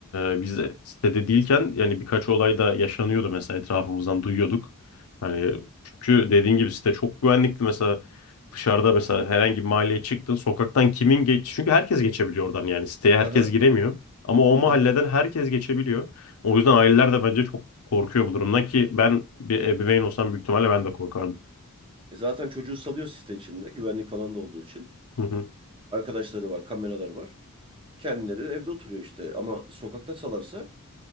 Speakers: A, on the left; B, on the right.
A: e, biz de sitede değilken yani birkaç olay da yaşanıyordu mesela etrafımızdan duyuyorduk. Hani çünkü dediğin gibi site çok güvenlikti mesela dışarıda mesela herhangi bir mahalleye çıktın sokaktan kimin geç çünkü herkes geçebiliyor oradan yani siteye herkes
B: Hı hı.
A: giremiyor ama o mahalleden
B: Hı hı.
A: herkes geçebiliyor. O yüzden aileler de bence çok korkuyor bu durumdan ki ben bir ebeveyn olsam büyük ihtimalle ben de korkardım.
B: E zaten çocuğu salıyor site içinde, güvenlik falan da olduğu için.
A: <laughs>
B: Arkadaşları var, kameraları var. Kendileri evde oturuyor işte. Ama sokakta salarsa